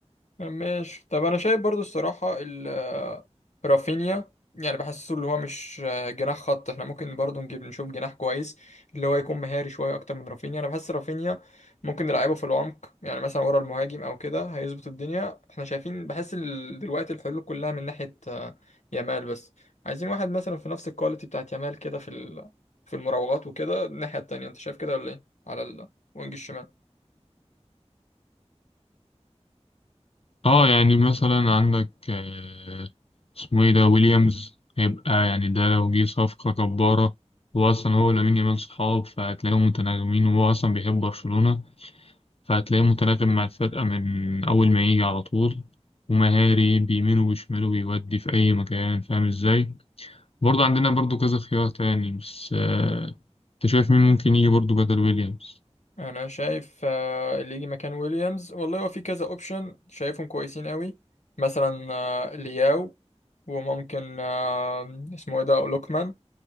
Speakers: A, on the left (about 85°); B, on the left (about 55°).
A: ماشي طب انا شايف برضو الصراحه ال- رافينيا يعني بحسه اللي هو مش جناح خط احنا ممكن برضو نجيب نشوف جناح كويس اللي هو يكون مهاري شويه اكتر من رافينيا انا بحس رافينيا ممكن نلعبه في العمق يعني مثلا ورا المهاجم او كده هيظبط الدنيا احنا شايفين بحس ال- دلوقتي الحلول كلها من ناحيه آه، يامال بس عايزين واحد مثلا في نفس الكواليتي بتاعت يامال كده في ال- في المراوغات وكده الناحيه التانيه انت شايف كده ولا ايه على الوينج الشمال
B: اه يعني مثلا عندك آه، اسمه ايه ده ويليامز هيبقى يعني ده لو جه صفقة جبارة هو أصلا هو ولامين يامال صحاب فهتلاقيهم متناغمين وهو أصلا بيحب برشلونة فهتلاقيه متناغم مع الفرقة من أول ما يجي على طول ومهاري بيمين وبيشمال وبيودي في أي مكان فاهم ازاي برضه عندنا برضه كذا خيار تاني بس آه، أنت شايف مين ممكن يجي برضه بدل ويليامز؟
A: انا شايف آه، اللي يجي مكان ويليامز والله هو في كذا اوبشن شايفهم كويسين قوي مثلا آه، لياو وممكن آه، اسمه ايه ده لوكمان